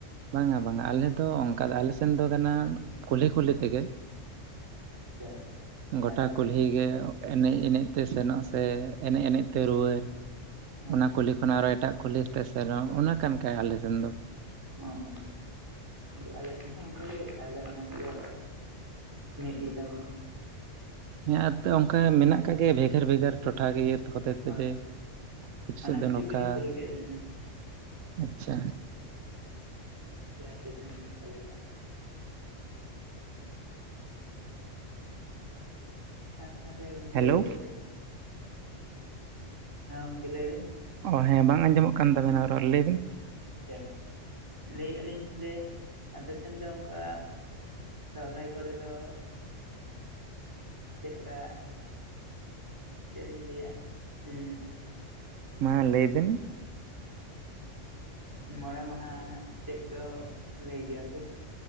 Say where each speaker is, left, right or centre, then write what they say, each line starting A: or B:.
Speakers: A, on the right; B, on the right.
A: ᱵᱟᱝᱟ ᱵᱟᱝᱟ ᱟᱞᱮ ᱫᱚ ᱚᱱᱠᱟ ᱫᱚ ᱟᱞᱮᱥᱱ ᱫᱚ ᱠᱟᱱᱟ ᱠᱩᱞᱦᱤ ᱠᱩᱞᱦᱤ ᱛᱮᱜᱮ᱾
B: ᱟᱪᱪᱷᱟ
A: ᱜᱚᱴᱟ
B: ᱛᱟᱦᱚᱞᱮ ᱟᱞᱮ
A: ᱠᱩᱞᱦᱤ ᱜᱮ ᱮᱱᱮᱡᱽ ᱮᱱᱮᱡᱽ ᱛᱮ ᱥᱮᱱᱚᱜ ᱥᱮ ᱮᱱᱮᱡᱽ ᱮᱱᱮᱡᱽ ᱛᱮ ᱨᱩᱣᱟᱹᱨ
B: ᱦᱳᱭ
A: ᱚᱱᱟ
B: ᱦᱳᱭ
A: ᱠᱩᱞᱦᱤ ᱠᱷᱚᱱᱟᱜ ᱟᱨᱚ ᱮᱴᱟᱜ ᱠᱩᱞᱦᱤᱛᱮ ᱥᱮᱱᱚᱜ ᱠᱟᱱ ᱜᱮᱟᱭ ᱟᱞᱮ ᱥᱮᱱ ᱫᱚ᱾
B: ᱚ ᱦᱚᱸ ᱟᱞᱮ ᱥᱮᱱ ᱦᱚᱸ ᱚᱱᱠᱟᱜ ᱜᱮ ᱛᱟᱦᱞᱮ ᱚᱱᱟ ᱠᱚᱫᱚ ᱢᱤᱫ ᱜᱮᱛᱟ ᱵᱚᱱᱟ᱾
A: ᱦᱮᱸ ᱚᱱᱠᱟ ᱢᱮᱱᱟᱜ ᱟᱠᱟᱜ ᱜᱮᱭᱟ ᱵᱷᱮᱜᱟᱨ ᱵᱷᱮᱜᱟᱨ ᱴᱚᱴᱷᱟ ᱠᱤᱭᱟᱹ ᱦᱚᱛᱮᱡ ᱛᱮ
B: ᱦᱳᱭ
A: ᱡᱮ
B: ᱦᱳᱭ
A: ᱠᱤᱪᱷᱩ
B: ᱚᱱᱟ
A: ᱥᱮᱫ
B: ᱠᱷᱟᱹᱛᱤᱨ
A: ᱫᱚ ᱱᱚᱝᱠᱟ,
B: ᱜᱮᱞᱤᱧ ᱠᱩᱞᱤ ᱠᱮᱫ ᱵᱤᱱᱟ
A: ᱟᱪᱪᱷᱟ᱾
B: ᱡᱟᱦᱟ ᱛᱤᱥ ᱡᱟᱣ ᱚᱠᱟᱞᱮᱠᱟ? ᱦᱮᱸ ᱛᱟᱦᱚᱞᱮ ᱜᱚᱝᱠᱮ
A: ᱦᱮᱞᱳ
B: ᱞᱟᱹᱭ ᱦᱮᱸ ᱜᱚᱢᱠᱮ ᱞᱟᱹᱭᱵᱮᱱ?
A: ᱚ ᱦᱮᱸ ᱵᱟᱝ ᱟᱸᱡᱚᱢᱚᱜ ᱠᱟᱱ ᱛᱟᱵᱮᱱᱟ ᱨᱚᱲ ᱞᱮᱭ ᱵᱤᱱ?
B: ᱟᱪᱪᱷᱟ ᱞᱟᱹᱭᱮᱫᱼᱟ ᱞᱤᱧ ᱛᱟᱦᱚᱞᱮ ᱟᱯᱮᱥᱱ ᱫᱚ ᱚᱝᱠᱟ ᱥᱚᱦᱨᱟᱭ ᱠᱚᱨᱮ ᱫᱚ ᱪᱮᱫ ᱠᱟ? ᱪᱮᱫᱞᱤᱧ ᱞᱟᱹᱭᱟ ᱦᱩᱸ
A: ᱢᱟ ᱞᱟᱹᱭᱵᱤᱱ?
B: <inaudible> ᱢᱚᱚᱲᱮ ᱢᱟᱦᱟ ᱪᱮᱫ ᱠᱚ ᱞᱟᱹᱭ ᱜᱮᱭᱟ ᱠᱚ᱾